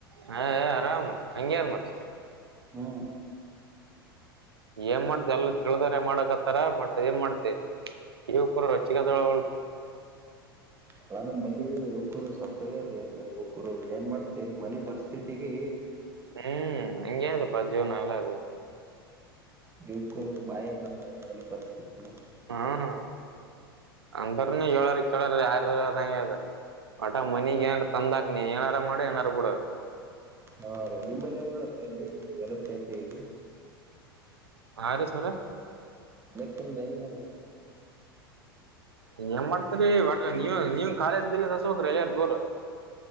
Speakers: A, on the right; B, on the right.
A: ಹಾ ಆರಾಮ ಹಂಗಗೆಾರ ಮತ್ತ
B: ಹಾ
A: ಏನ್ ಮಾಡ್ತ ಎಲ್ಲ ತಿಳ್ದಾರ ಮಾಡಕತ್ ತರ ಬಟ್ದಏನ್ ಮಾಡ್ತಿ ಇವ ಕೂಡ ಚಿಗದಳಳ
B: ಅಲ್ಲ ನಮ್ ಬಲಿ ಯುವಕರು ಸತ್ತವೇ್ರೀ ಎಲ್ಲ ಯುವಕರು ಏನ್ ಮಾಡ್ತಿವಿ ಮನೆ ಪರಿಸ್ಥಿತಿಗೆ
A: ಹ್ಮ್ ಹಂಗಯ ಅದು ಪಜವ ನಲ್ಲಾಾರದೆ
B: ಯುವಕರದು ಬಾಯ ಬಂದ ಮನೆ ಪರಿಸ್ಥಿತಿಿನ
A: ಹ್ಮ ಅಂದ್ರನು ಹೇಳಾರ ಕೇಳಾರ ಯಾರ ಅದಂಗ ಹೇಳ್ದ ಆಟಾ ಮನಿಗ್ ಏನಾರ ತಂದಾಕಿನಿ ಏನಾರು ಮಾಡ ಏನಾರ ಕೊಡ
B: ಹಾ ರ ನಿಂಬಲ್ಲಿ ಹೆಂಗ ನ ಮಾಡಡದ್ರ ಅಲ್ಲಿ ವಲಸೆ ಎಂತ ಈಗ
A: ಆಾರ ಸರ
B: ಬಕ್ಂದ ಹೆಂಗ್ ನೋಡ
A: ಇ ಏನ್ ಮಾಡ್ತರಿ ಬಟ್ರ ನೀವ ನೀನ್ ಕಖಾಲದ್ ಬಲ್ಲ ಹಸ ಹೋಗ್ರಿ ಎಲ್ಲಾರ ದೋರ